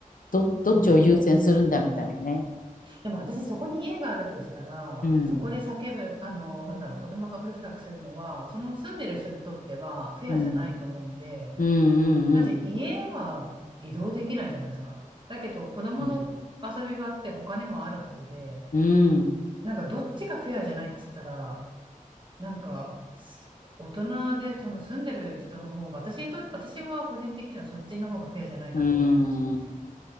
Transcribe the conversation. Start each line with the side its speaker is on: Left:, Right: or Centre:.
Left: ど、どっちを優先するんだみたいなね。
Right: うーん。でも私そこに家があるとしたら、
Left: うん、
Right: そこで叫ぶ、あの、なんだろう、子供がうるさくするのは、その住んでる人にとってはフェアじゃないと思うんで、
Left: うん、うん、
Right: だって家は移動できないじゃないですか。
Left: うん、
Right: だけど子供の遊び場って他にもあるはずで、
Left: うん、うん、
Right: なんかどっちがフェアじゃないって言ったら、なんかす大人でその住んでる人の方が、私にと、私は個人的にはそっちの方がフェアじゃないなと思うんですよね。
Left: うん、うん。